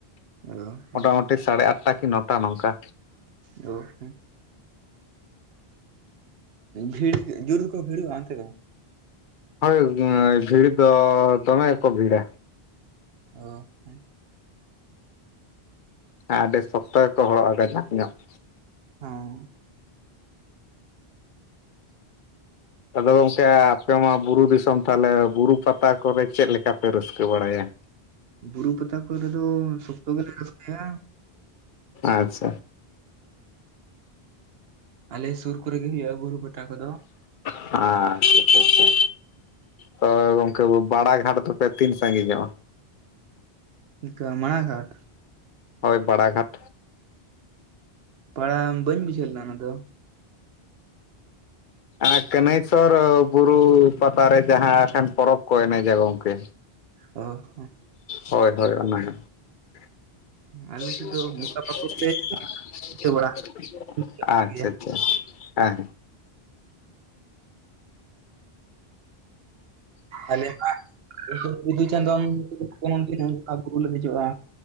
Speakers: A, on the right; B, on the left.
A: ᱚ ᱦᱚᱸ
B: ᱢᱳᱴᱟᱢᱩᱴᱤ ᱥᱟᱲᱮ ᱟᱴᱴᱟ ᱠᱤ ᱱᱚᱴᱟ ᱱᱚᱝᱠᱟ᱾
A: ᱚ ᱦᱚᱸ᱾ ᱵᱷᱤᱲ ᱡᱩᱨ ᱜᱮ ᱠᱚ ᱵᱷᱤᱲᱩᱜ ᱟ, ᱚᱱᱛᱮ ᱫᱚ᱾
B: ᱦᱳᱭ ᱵᱷᱤᱲ ᱫᱚ ᱫᱚᱢᱮ ᱜᱮᱠᱚ ᱵᱷᱤᱲᱟ᱾
A: ᱚ ᱦᱮᱸ᱾
B: ᱦᱮᱸ ᱟᱹᱰᱤ ᱥᱚᱠᱛᱚ ᱜᱮᱠᱚ ᱦᱚᱲᱚᱜᱼᱟ, ᱜᱟᱡᱟᱠ ᱧᱚᱜ
A: ᱦᱩᱸ᱾
B: ᱟᱫᱚ ᱜᱚᱢᱠᱮ ᱟᱯᱮ ᱢᱟ ᱵᱩᱨᱩ ᱫᱤᱥᱚᱢ ᱛᱟᱦᱚᱞᱮ ᱵᱩᱨᱩ ᱯᱟᱛᱟ ᱠᱚᱨᱮ ᱪᱮᱫ ᱞᱮᱠᱟ ᱯᱮ ᱨᱟᱹᱥᱠᱟᱹ ᱵᱟᱲᱟᱭᱟ?
A: ᱵᱩᱨᱩ ᱯᱟᱛᱟ ᱠᱚᱨᱮ ᱫᱚ ᱥᱚᱠᱛᱚ ᱜᱮᱞᱮ ᱨᱟᱹᱥᱠᱟᱹᱭᱟ᱾
B: ᱟᱪᱪᱷᱟ᱾
A: ᱟᱞᱮ ᱥᱩᱨ ᱠᱚᱨᱮ ᱜᱮ ᱦᱩᱭᱩᱜᱼᱟ, ᱵᱩᱨᱩ ᱯᱟᱛᱟ ᱠᱚᱫᱚ᱾
B: ᱟᱪᱪᱷᱟ ᱟᱪᱪᱷᱟ, ᱛᱚ ᱜᱚᱝᱠᱮ ᱵᱟᱲᱟ ᱜᱷᱟᱴ ᱫᱚᱯᱮ ᱛᱤᱱ ᱥᱟᱺᱜᱤᱧ ᱧᱚᱜᱼᱟ?
A: ᱚᱱᱠᱟ ᱢᱟᱬᱟ ᱜᱷᱟᱴ
B: ᱦᱳᱭ ᱵᱟᱲᱟ ᱜᱷᱟᱴ᱾
A: <unintelligible> ᱵᱟᱹᱧ ᱵᱩᱡᱷᱟᱹᱣ ᱞᱮᱱᱟ ᱚᱱᱟ ᱫᱚ᱾
B: ᱟᱨ ᱠᱟᱹᱱᱟᱹᱭᱥᱚᱨ ᱵᱩᱨᱩ ᱯᱟᱛᱟ ᱨᱮ ᱡᱟᱦᱟᱸ ᱴᱷᱮᱱ ᱯᱚᱨᱚᱵᱽ ᱠᱚ ᱮᱱᱮᱡᱟ ᱜᱚᱝᱠᱮ,
A: ᱚ ᱦᱚᱸ᱾
B: ᱦᱳᱭ ᱦᱳᱭ ᱚᱱᱟ ᱜᱮ, <inaudible> <inaudible>
A: ᱟᱞᱮ ᱥᱮᱫ ᱫᱚ ᱚᱱᱠᱟ ᱵᱟᱠᱚ ᱞᱟᱹᱭ ᱵᱩᱡᱷᱟᱹᱣ ᱵᱟᱲᱟ ᱜᱮᱭᱟ
B: ᱟᱪᱪᱷᱟ ᱟᱪᱪᱷᱟ᱾ ᱦᱮᱸ ᱦᱮᱸ᱾
A: ᱟᱞᱮ ᱢᱟ ᱱᱩᱠᱤᱱ ᱵᱤᱫᱩ ᱪᱟᱸᱫᱚᱱ <unintelligible> ᱵᱩᱨᱩ ᱞᱮ ᱫᱮᱡᱚᱜᱼᱟ᱾